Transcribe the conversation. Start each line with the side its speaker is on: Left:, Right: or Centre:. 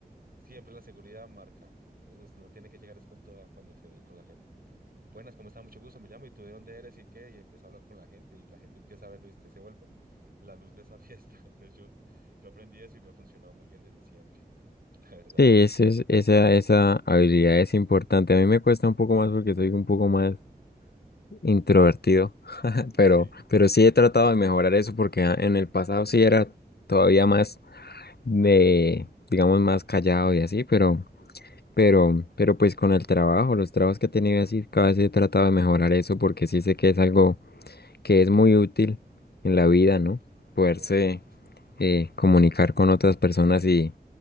Right: siempre la seguridad marca. Entonces no tiene que llegar es con toda cuando se ve con la gente. Buenas, ¿cómo está? Mucho gusto, me llamo y tú de dónde eres y qué, y empieza a hablar con la gente y la gente empieza a verlo y usted se vuelve la luz de esa fiesta. <laughs> Entonces yo, yo aprendí eso y me ha funcionado muy bien desde siempre, <laughs> la verdad.
Left: sí, eso es- esa, esa habilidad es importante. A mí me cuesta un poco más porque soy un poco más introvertido, <laughs>
Right: Sí,
Left: pero, pero
Right: y
Left: sí
Right: es
Left: he tratado de mejorar eso porque a- en el pasado sí era todavía más de, digamos, más callado y así, pero... Pero, pero pues con el trabajo, los trabajos que he tenido así, cada vez he tratado de mejorar eso porque sí sé que es algo que es muy útil en la vida,
Right: correcto,
Left: ¿no? Poderse
Right: correcto, sí.
Left: eh, comunicar con otras personas y,